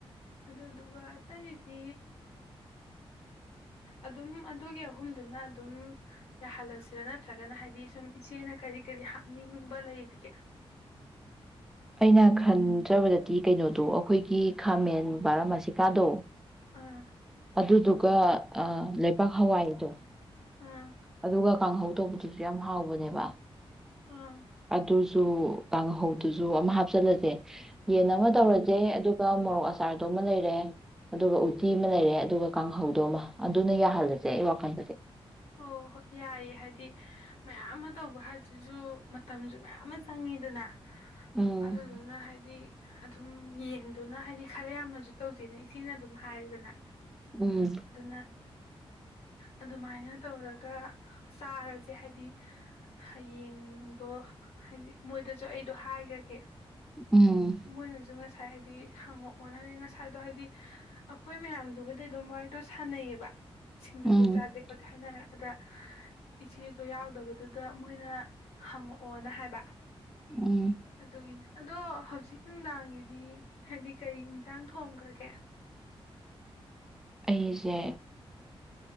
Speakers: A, on the left; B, in the centre.
A: ꯑꯗꯨꯗꯨꯒ ꯑꯇꯩꯗꯤ ꯑꯗꯨꯝ ꯑꯗꯨꯒꯤ ꯑꯍꯨꯝꯗꯨꯅ ꯑꯗꯨꯝ ꯌꯥꯍꯜꯂꯁꯤꯔꯥ ꯅꯠꯇ꯭ꯔꯒꯅ ꯍꯥꯏꯗꯤ ꯁꯨꯝ ꯏꯆꯦꯅ ꯀꯔꯤ ꯀꯔꯤ ꯍꯥꯞꯅꯤꯡꯕ ꯂꯩꯔꯤꯒꯦ
B: ꯑꯩꯅ ꯈꯟꯖꯕꯗꯗꯤ ꯀꯩꯅꯣꯗꯣ ꯑꯈꯣꯏꯒꯤ ꯈꯥꯃꯦꯟ ꯕꯥꯔꯥꯃꯥꯁꯤꯀꯥꯗꯣ
A: ꯑꯥ
B: ꯑꯗꯨꯗꯨꯒꯕꯥꯛ ꯍꯋꯥꯏꯗꯣ
A: ꯑꯥ
B: ꯑꯗꯨꯒ ꯀꯥꯡꯍꯧ ꯇꯧꯕꯗꯨꯁꯨ ꯌꯥꯝ ꯍꯥꯎꯕꯅꯦꯕ
A: ꯑꯥ
B: ꯑꯗꯨ ꯨ ꯀꯥꯡꯍꯧꯗꯨꯁꯨ ꯑꯃ ꯍꯥꯞꯆꯤꯜꯂꯁꯦ ꯌꯦꯟ ꯑꯃ ꯇꯧꯔꯁꯦ ꯑꯗꯨꯒ ꯃꯣꯔꯣꯛ ꯑꯆꯥꯥꯔꯗꯣ ꯑꯃ ꯂꯩꯔꯦ ꯑꯗꯨꯒ ꯎꯇꯤ ꯑꯃ ꯂꯩꯔꯦ ꯑꯗꯨꯒ ꯀꯥꯡꯍꯧꯗꯣꯃ ꯑꯗꯨꯅ ꯌꯥꯍꯜꯂꯁꯦ ꯑꯩ ꯋꯥꯈꯜꯗꯗꯤ
A: ꯑꯣ ꯍꯣꯏ ꯌꯥꯏꯌꯦ ꯍꯥꯏꯗꯤ ꯃꯌꯥꯝ ꯑꯃ ꯇꯧꯕ ꯍꯥꯏꯗꯁꯨ ꯃꯇꯝꯁꯨ ꯃꯌꯥꯝ ꯑꯃ ꯆꯪꯉꯤꯗꯅ
B: ꯎꯝ
A: ꯑꯗꯨꯗꯨꯅ ꯍꯥꯏꯗꯤ ꯑꯗꯨꯝ ꯌꯦꯟꯗꯨꯅ ꯍꯥꯏꯗꯤ ꯈꯔ ꯌꯥꯝꯅꯁꯨ ꯇꯧꯁꯤꯦꯅ ꯏꯆꯦꯅ ꯑꯗꯨꯝ ꯍꯥꯏꯔꯦꯗꯅ
B: ꯎꯝ
A: ꯑꯗꯨꯅ ꯑꯗꯨꯃꯥꯏꯅ ꯇꯧꯔꯒ ꯆꯥꯔꯁꯦ ꯍꯥꯏꯗꯤ ꯍꯌꯦꯡꯗꯣ ꯍꯥꯏꯗꯤ ꯃꯣꯏꯗꯁꯨ ꯑꯩꯗꯣ ꯍꯥꯏꯈ꯭ꯔꯒꯦ
B: ꯎꯝ
A: ꯃꯣꯏ ꯖꯨꯡꯉ ꯉꯁꯥꯏ ꯍꯥꯏꯗꯤ ꯍꯪꯉꯛꯑꯣꯅ ꯍꯥꯏꯗꯤ ꯉꯁꯥꯏꯗꯣ ꯍꯥꯏꯗꯤ ꯑꯩꯈꯣꯏ ꯃꯌꯥꯝꯗꯨꯕꯨꯗꯤ ꯑꯗꯨꯝ ꯋꯥꯔꯤꯗꯣ ꯁꯥꯟꯅꯩꯌꯦꯕ ꯁꯤꯡꯖꯨꯗ
B: ꯎꯝ
A: ꯆꯥꯗ ꯐ ꯑꯗ ꯏꯆꯦꯗꯣ ꯌꯥꯎꯗꯕꯗꯨꯗ ꯃꯣꯏꯅ ꯍꯪꯉꯛꯑꯣꯅ ꯍꯥꯏꯕ
B: ꯎꯝ
A: ꯑꯗꯨꯒꯤꯅꯦ ꯑꯗꯣ ꯍꯧꯖꯤꯛ ꯅꯨꯡꯗꯥꯡꯒꯤꯗꯤ ꯍꯥꯏꯗꯤ ꯀꯔꯤ ꯏꯟꯁꯥꯡ ꯊꯣꯡꯈ꯭ꯔꯒꯦ
B: ꯑꯩꯁꯦ